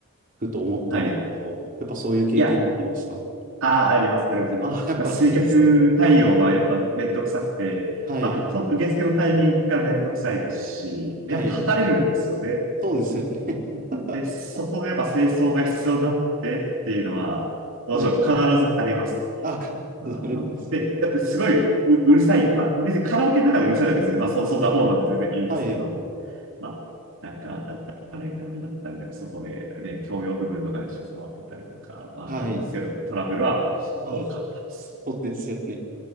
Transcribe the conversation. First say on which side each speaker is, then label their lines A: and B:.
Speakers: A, on the right; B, on the right.
A: ふと思ったんですけど、
B: はい。
A: やっぱそういう経験ありました。
B: いや、ああ、あります、ありますよ。
A: あ、やっぱあるんですね。
B: まあ、集客対応はやっぱめんどくさくて、
A: <laughs> うんはい。
B: まあ、その受付のタイミングがめんどくさいですし、
A: はい。
B: やっぱ測れるんですよね。
A: そうですよね。<laughs>
B: で、そこのやっぱ清掃が必要になってっていうのは、どうしよう必ずあります。
A: はい。あ、カップあるんですね。
B: あーまあ、で、だってすごいう、うるさい。まあ、別にカラオケの中でうるさいのは別に、まあ、そ、そんなもんなんで全然いいんですけども。
A: はい。
B: まあ、なんか、だあれが波だったりか、そこで、ね、共用部分とかでしょ、触ってたりとか、まあ、
A: はい。
B: なんですけど、トラブルは多かったです。
A: あ、そうですよね。